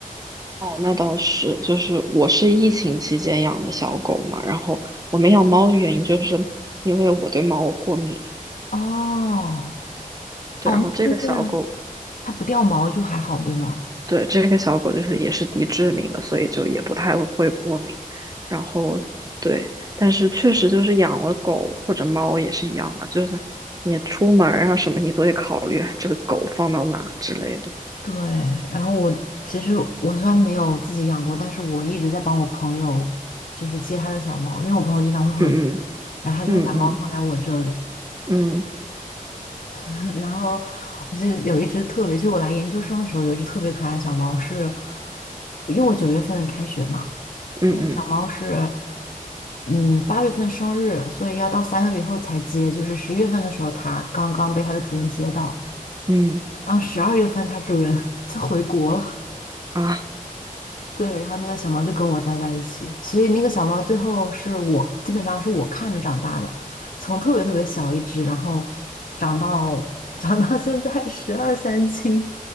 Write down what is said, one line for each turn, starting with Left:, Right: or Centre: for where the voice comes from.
Right: 哦，那倒是，就是我是疫情期间养的小狗嘛，然后我没养猫的原因就是因为我对猫过敏，
Left: 哦，
Right: 对，
Left: 哦，
Right: 然后这个小狗
Left: 那那对啊，它不掉毛就还好，对吗？
Right: 对，这个小狗就是也是低致敏的，所以就也不太会过敏。然后对，但是确实就是养了狗或者猫也是一样啊，就是你出门儿啊什么，你都得考虑啊这个狗放到哪之类的。
Left: 对，然后我其实我虽然没有自己养过，但是我一直在帮我朋友，就是接他的小猫，因为我朋友经常会回国，
Right: 嗯
Left: 然后他就会把猫放在我这里。
Right: 嗯嗯嗯嗯
Left: <laughs> 然后我记得有一只特别，就我来研究生的时候，有一只特别可爱的小猫是，因为我九月份开学嘛，
Right: 嗯
Left: 那个小猫是，嗯，八月份生日，所以要到三个月以后才接，就是十一月份的时候，它刚刚被它的主人接到，
Right: 嗯嗯
Left: 然后十二月份它主人 <laughs> 就回国了。
Right: 啊，
Left: 对，然后那个小猫就跟我待在一起，所以那个小猫最后是我基本上是我看着长大的，从特别特别小一只，然后长到长到现在十二三斤。